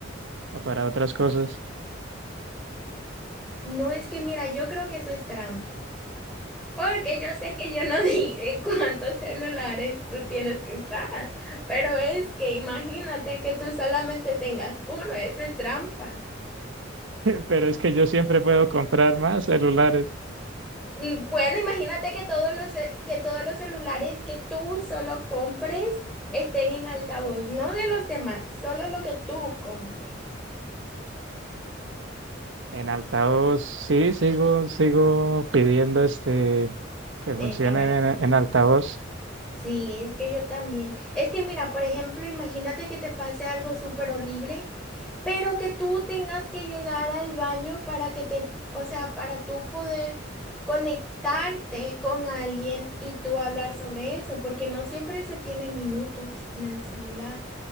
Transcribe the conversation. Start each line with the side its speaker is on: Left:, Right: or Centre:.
Right: o para otras cosas.
Centre: No es que, mira, yo creo que eso es trampa, porque yo sé que yo no dije cuántos celulares tú tienes que usar, pero es que imagínate que tú solamente tengas uno, eso es trampa.
Right: <laughs> Pero es que yo siempre puedo comprar más celulares.
Centre: Mm, Bueno, imagínate que todos los, ce- que todos los celulares que tú solo compres estén en altavoz, no de los demás, solo lo que tú compres.
Right: En altavoz, sí, sigo, sigo pidiendo este que funcionen
Centre: Esa,
Right: en, en altavoz.
Centre: Sí, es que yo también. Es que mira, por ejemplo, imagínate que te pase algo súper horrible, pero que tú tengas que llegar al baño para que te, o sea, para tú poder conectarte con alguien y tú hablar sobre eso, porque no siempre se tiene minutos en el celular,